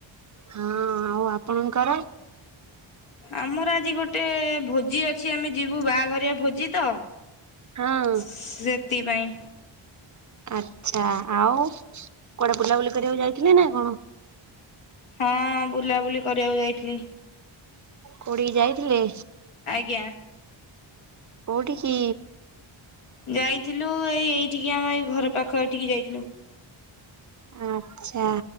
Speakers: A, on the right; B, on the left.
A: ହଁ ଆଉ ଆପଣଙ୍କର?
B: ଆମର ଆଜି ଗୋଟେ ଭୋଜି ଅଛି ଆମେ ଯିବୁ ବାହାଘରିଆ ଭୋଜି ତ
A: ହଁ
B: ସେଥିପାଇଁ।
A: ଆଚ୍ଛା ଆଉ କୁଆଡେ ବୁଲାବୁଲି କରିବାକୁ ଯାଇଥିଲେ ନା କଣ?
B: ହଁ ବୁଲାବୁଲି କରିବାକୁ ଯାଇଥିଲି।
A: କୋଉଠିକି ଯାଇଥିଲେ?
B: ଆଜ୍ଞା।
A: କୋଉଠିିକି?
B: ଯାଇଥିଲୁ ଏଇ ଏଇଠିକି ଆମ ଏଇ ଘର ପାଖ ଏଠିକି ଯାଇଥିଲୁ।
A: ଆଛା